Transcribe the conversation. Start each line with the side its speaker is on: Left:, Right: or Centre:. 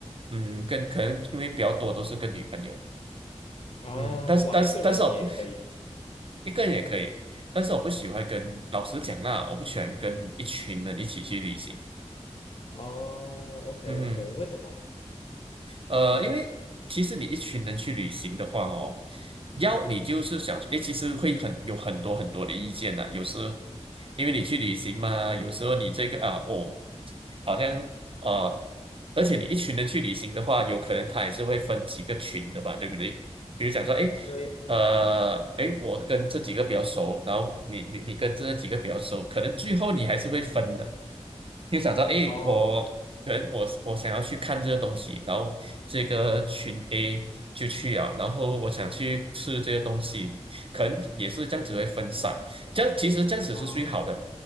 Right: 嗯，跟可能因为比较多都是跟女朋友，
Left: 啊，
Right: 嗯，但是但是但是我不
Left: 哇，一个人你也可以哦。
Right: 一个人也可以，但是我不喜欢跟老师讲啦，我不喜欢跟一群人一起去旅行。
Left: 哦，OK
Right: 嗯哼
Left: OK，为什么呢？
Right: 呃，因为其实你一群人去旅行的话哦，要你就是想，诶，其实会很有很多很多的意见呐、有时因为你去旅行嘛，有时候你这个啊，哦，好像呃，而且你一群人去旅行的话，有可能他也是会分几个群的吧，对不对？比如讲说，诶，
Left: 对，
Right: 呃，诶，我跟这几个比较熟，然后你你你跟这几个比较熟，可能最后你还是会分的。就想到，诶，
Left: 哦，
Right: 我可能我我想要去看这个东西，然后这个群 A 就去啊，然后我想去吃这个东西，可能也是这样子会分散，
Left: 嗯，
Right: 这样其实这样子是最好的，
Left: 哦